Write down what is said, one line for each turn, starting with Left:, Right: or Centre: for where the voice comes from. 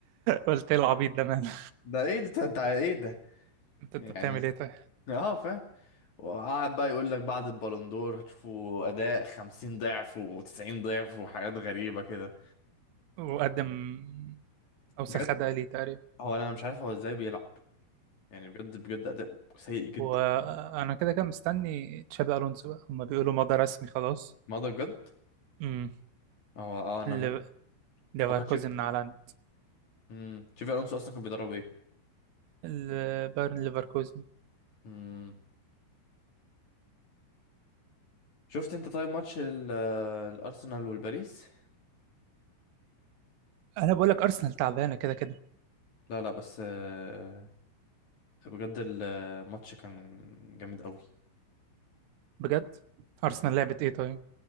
Right: قلت ايه العبيط ده ماله
Left: ده ايه ده انت أنت ايه ده
Right: انت انت
Left: يعني
Right: بتعمل ايه طيب
Left: اه فاهم وقعد بقى يقول لك بعد البالون دور هتشوفوا اداء 50 ضعف و90 ضعف وحاجات غريبه كده
Right: وقدم اوسخ
Left: بجد
Right: اداء ليه تقريبا
Left: هو انا مش عارف هو ازاي بيلعب يعني بجد بجد اداء سيء جدا
Right: وانا كده كده مستني تشابي الونسو بقى هما بيقولوا مضى رسمي خلاص
Left: ما ده بجد
Right: امم
Left: هو اه انا
Right: ل-
Left: ممكن
Right: ليفركوزن
Left: هو كان شيف
Right: اعلن
Left: امم شيفي الونسو اصلا كان بيدرب ايه
Right: ال- بايرن ليفركوزن
Left: امم شفت انت طيب ماتش ال- آه، الارسنال والباريس
Right: انا بقول لك ارسنال تعبانه كده كده
Left: لا لا بس آه، بجد الماتش كان جامد قوي
Right: بجد ارسنال لعبت ايه طيب